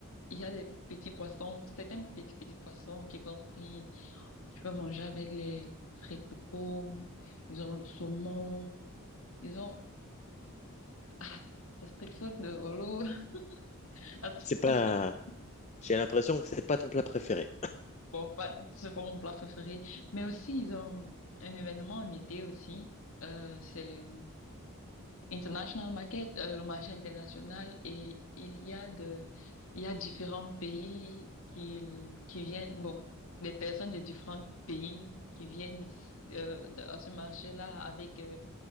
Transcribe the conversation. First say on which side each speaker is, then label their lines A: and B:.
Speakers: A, on the left; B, on the left.
A: y a des petits poissons, certains petits petits poissons qui vont frits. Tu peux manger avec les frites de pommes. Ils ont le saumon. Ils ont ah, la street food de Holo. <laughs> La street
B: c'est pas.
A: food
B: J'ai l'impression que c'est pas ton plat préféré.
A: bon, pas c'est pas mon plat préféré. Mais aussi ils ont un événement en été aussi. Euh, c'est International market, euh, le marché international, et il y a de, il y a différents pays qui, qui viennent, bon, des personnes de différents pays qui viennent ici, euh, de- à ce marché-là avec euh,